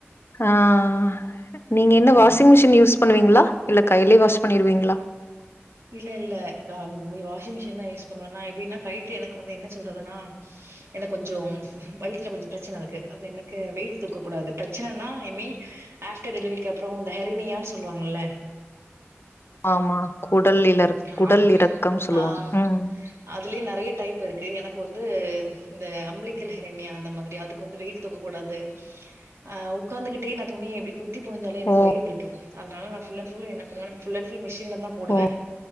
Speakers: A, on the left; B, on the right.
A: ஆஹ் நீங்க என்ன
B: ஆமா
A: வாஷிங்
B: ஆமா
A: மிஷின் யூஸ் பண்ணுவீங்களா இல்ல கையிலயே வாஷ் பண்ணிருவீங்களா
B: இல்ல இல்ல அ ம் மு வாஷிங் மிஷின் தான் யூஸ் பண்ணுவ நா எப்டின்னா ஹைட் எனக்கு வந்து என்ன சொல்றதுன்னா எனக்கு கொஞ்ச வயித்துல கொஞ்ச பிரச்சன இருக்கு அது எனக்கு வெயிட் தூக்க கூடாது பிரச்சனனா ஐ மீன் ஆஃப்டர் டெலிவரிக்கு அப்புற இந்த ஹெரினியான்னு சொல்லுவாங்கல்ல
A: ஆமா குடல் இலர்
B: ஆஹ
A: குடல் இறக்கம் சொல்லுவாங்க
B: ஆஹ்
A: ம்
B: அதுலயே நறைய டைப் இருக்கு அது எனக்கு வந்து இந்த அம்பிலிகல் ஹெர்னியா அந்த மாதிரி அதுக்கு வந்து வெயிட் தூக்கக்கூடாது அஹ் உட்காந்துகிட்டே நா துணிய எப்டி குத்தி புழுஞ்சாலே எனக்கு
A: ஓ
B: வயிறு வலிக்கு அதனால நா ஃபுல் அண்ட் ஃபுல் என்ன பண்ணுவாங்க ஃபுல் அண்ட் ஃபுல் மெஷின் தான் போடுவ
A: ஓ